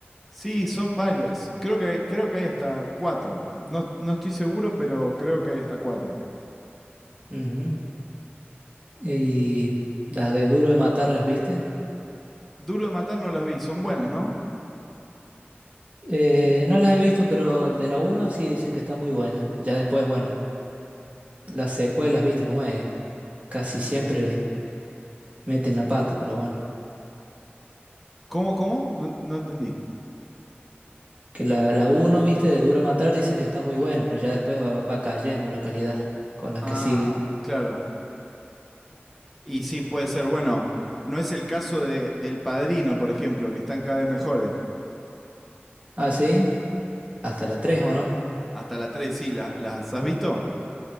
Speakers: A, in the centre; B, on the right.
A: Sí, son varias. Creo que, creo que hay hasta cuatro. No, no estoy seguro, pero creo que hay hasta cuatro.
B: Ujú. Y las de Duro de Matar, ¿las viste?
A: Duro de matar no las vi, son buenas, ¿no?
B: Eh, no las he visto, pero de la uno sí dicen que está muy buena. Ya después, bueno, las secuelas, ¿viste? Como es, casi siempre meten la pata, pero bueno.
A: ¿Cómo, cómo? No, no entendí.
B: Que la, la uno, ¿viste? De Duro de Matar dicen que está muy buena, pero ya después va, va cayendo la calidad con las
A: Ah,
B: que siguen.
A: claro. Y sí, puede ser. Bueno, no es el caso de, del Padrino, por ejemplo, que están cada vez mejores.
B: Ah, sí, hasta la 3, ¿o no?
A: Hasta la 3, sí, la- ¿las has visto?